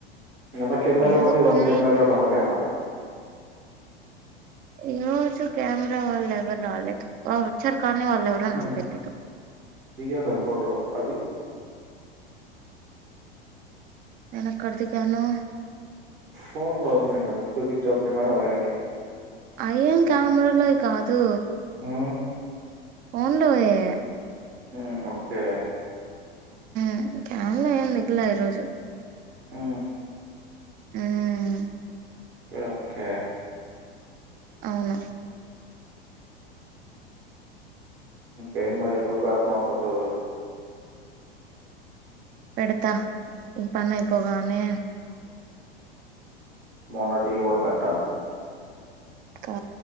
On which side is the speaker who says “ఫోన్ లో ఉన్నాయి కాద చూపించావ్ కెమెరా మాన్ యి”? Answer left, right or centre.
Right